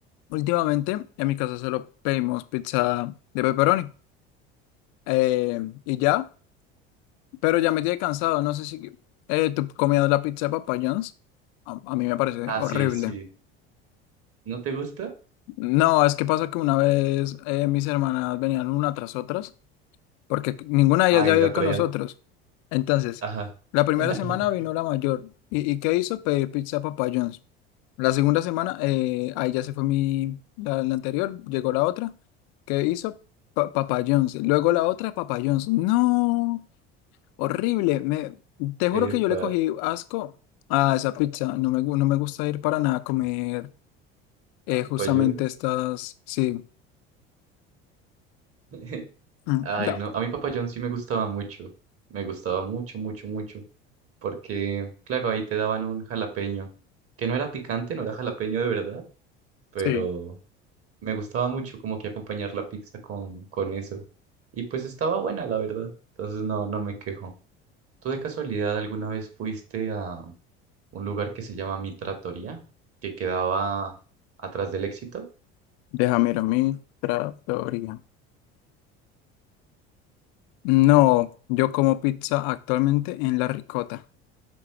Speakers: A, on the left; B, on the right.
A: últimamente, en mi casa solo pedimos pizza de pepperoni. Eh, y ya, pero ya me tiene cansado. No sé si eh, tú comías la pizza de Papa John's. A, a mí me parece
B: Ah,
A: horrible.
B: sí, sí. ¿No te gusta?
A: No, es que pasa que una vez eh, mis hermanas venían una tras otras. porque ninguna de
B: Ah,
A: ellas ya
B: y
A: vive
B: la traían.
A: con nosotros. Entonces,
B: Ajá.
A: la primera
B: <laughs>
A: semana vino la mayor. ¿Y, y qué hizo? Pedir pizza a Papa John's. La segunda semana, eh, ahí ya se fue mi, la, la anterior, llegó la otra. ¿Qué hizo? Pa- Papa John's. Luego la otra, Papa John's. No, horrible. Me, te juro
B: Epa,
A: que yo le cogí asco a esa pizza. No me, gu- no me gusta ir para nada a comer eh,
B: a Papa
A: justamente
B: John's.
A: estas, sí.
B: <laughs>
A: Mm,
B: Ay,
A: ya.
B: no, a mí Papa John's sí me gustaba mucho. Me gustaba mucho, mucho, mucho. Porque, claro, ahí te daban un jalapeño. Que no era picante, no era jalapeño de verdad, pero
A: Sí,
B: Me gustaba mucho como que acompañar la pizza con, con eso. Y pues estaba buena, la verdad. Entonces no, no me quejo. ¿Tú de casualidad alguna vez fuiste a un lugar que se llama Mi Trattoria, que quedaba atrás del Éxito?
A: deja, mira, mi trattoria. No, yo como pizza actualmente en la ricota,